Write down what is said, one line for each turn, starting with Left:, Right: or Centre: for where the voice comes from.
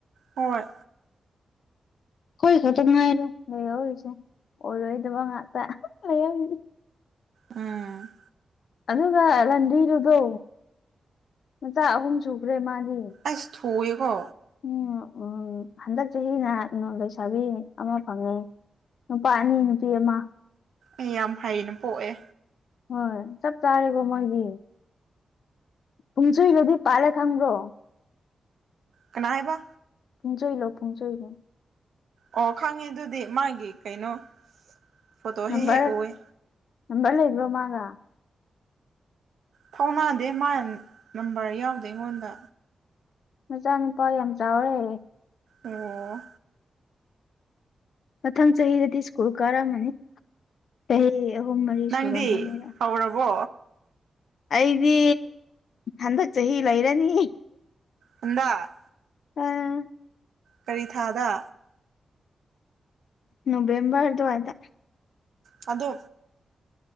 Right: ꯍꯣꯏ
Left: ꯑꯩꯈꯣꯏ ꯈꯛꯇ ꯉꯥꯏꯔꯦ ꯂꯩꯍꯧꯔꯤꯁꯦ ꯑꯣꯏꯔꯣꯏꯗꯕ ꯉꯥꯛꯇ ꯂꯩꯍꯧꯔꯤꯗꯤ
Right: ꯎꯝ
Left: ꯑꯗꯨꯒ ꯔꯟꯗꯤꯗꯨꯗꯣ ꯃꯆꯥ ꯑꯍꯨꯝ ꯁꯨꯈ꯭ꯔꯦ ꯃꯥꯗꯤ
Right: ꯑꯩꯁ ꯊꯣꯛꯑꯦꯀꯣ
Left: ꯎꯝ ꯎꯝ ꯍꯟꯗꯛ ꯆꯍꯤꯅ ꯅꯣꯡ ꯂꯩꯁꯥꯕꯤ ꯑꯃ ꯐꯪꯉꯦ ꯅꯨꯄꯥ ꯑꯅꯤ ꯅꯨꯄꯤ ꯑꯃ
Right: ꯑꯩ ꯌꯥꯝ ꯍꯩꯅ ꯄꯣꯛꯑꯦ
Left: ꯍꯣꯏ ꯆꯞ ꯆꯥꯔꯦꯒꯣ ꯃꯣꯏꯗꯤ ꯄꯨꯡꯁꯣꯏꯂꯣꯗꯤ ꯄꯥꯜꯂꯦ ꯈꯪꯕ꯭ꯔꯣ
Right: ꯀꯅꯥꯑꯩꯕ
Left: ꯄꯨꯨꯡꯆꯣꯏꯂꯣ ꯄꯨꯨꯡꯆꯣꯏꯂꯣ
Right: ꯑꯣ ꯈꯪꯉꯦ ꯑꯗꯨꯗꯤ ꯃꯥꯒꯤ ꯀꯩꯅꯣ ꯐꯣꯇꯣ
Left: ꯅꯝꯕꯔ
Right: ꯍꯦꯛ ꯍꯦꯛ ꯎꯑꯦ
Left: ꯅꯝꯕꯔ ꯂꯩꯕ꯭ꯔꯣ ꯃꯒꯥ
Right: ꯐꯧꯅꯥꯗꯦ ꯃꯥ ꯅꯝꯕꯔ ꯌꯥꯎꯗꯦ ꯑꯩꯉꯣꯟꯗ
Left: ꯃꯆꯥ ꯅꯨꯨꯄꯥ ꯌꯥꯝ ꯆꯥꯎꯔꯦ
Right: ꯑꯣ
Left: ꯃꯊꯪ ꯆꯍꯤꯗꯗꯤ ꯁ꯭ꯀꯨꯜ ꯀꯥꯔꯝꯃꯅꯤ ꯇꯍꯤ ꯑꯍꯨꯝ ꯃꯔꯤ
Right: ꯅꯪꯗꯤ
Left: ꯁꯨꯔꯝꯃꯅꯤꯔ
Right: ꯍꯧꯔꯕꯣ
Left: ꯑꯩꯗꯤ ꯍꯟꯗꯛ ꯆꯍꯤ ꯂꯩꯔꯅꯤ
Right: ꯍꯟꯗꯛ
Left: ꯎꯝ
Right: ꯀꯔꯤ ꯊꯥꯗ
Left: ꯅꯣꯕꯦꯝꯕꯔ ꯑꯗꯨꯋꯥꯗ
Right: ꯑꯗꯣ